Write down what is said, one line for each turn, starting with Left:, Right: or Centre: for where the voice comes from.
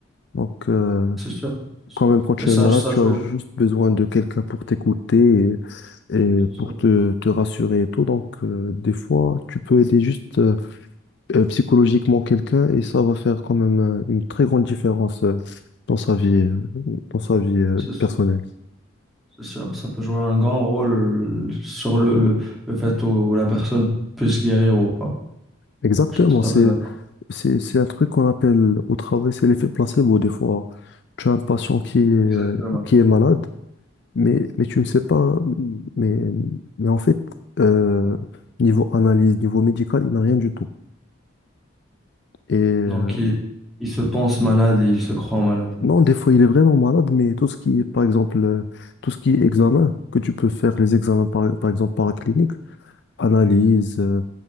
Left: Donc, euh,
Centre: c'est sûr. C'est
Left: quand
Centre: sûr.
Left: même, quand tu
Centre: C'est sûr. Et ça
Left: es malade,
Centre: ça
Left: tu
Centre: joue
Left: as juste besoin de quelqu'un pour t'écouter et, et
Centre: c'est sûr.
Left: pour te, te rassurer et tout. Donc, euh, des fois, tu peux aider juste euh, euh, psychologiquement quelqu'un et ça va faire quand même euh, une très grande différence. euh, dans sa vie, euh, dans sa vie euh,
Centre: C'est sûr.
Left: personnelle.
Centre: C'est sûr, ça peut jouer un grand rôle sur le, le, le fait où la personne puisse guérir ou pas.
Left: Exactement,
Centre: Je suis tout
Left: c'est,
Centre: à fait d'accord.
Left: c'est, c'est un truc qu'on appelle au travail, c'est l'effet placebo. Des fois, tu as un patient qui est, euh,
Centre: Exactement.
Left: qui est malade, Mais, mais tu ne sais pas, mais, mais en fait, euh, niveau analyse, niveau médical, il n'a rien du tout. Et euh,
Centre: Donc, il, il se pense malade et il se croit malade.
Left: non, des fois, il est vraiment malade, mais tout ce qui est, par exemple, euh, tout ce qui est examen, que tu peux faire les examens, par, par exemple, paracliniques, analyse, euh,